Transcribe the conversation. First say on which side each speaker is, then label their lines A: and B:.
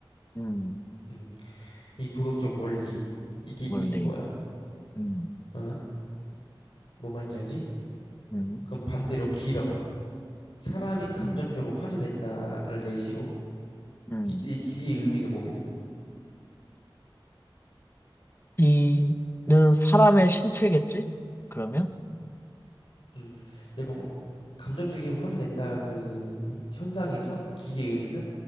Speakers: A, on the left (about 25°); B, on the left (about 75°).
A: 음.
B: 음, 이 도덕적 원리 이게 이인
A: 원리.
B: 거야.
A: 음,
B: 어? 뭔 말인지 알지?
A: 음,
B: 그럼 반대로 기라가 사람이 감정적으로
A: 음,
B: 화를 낸다를 예시로
A: 음.
B: 이때 의 기의 의미는 뭐겠어?
A: 이는 사람의 신체겠지? 그러면
B: 음, 근데 뭐, 감정적인 화를 낸다 그 현상에서 기의 의미는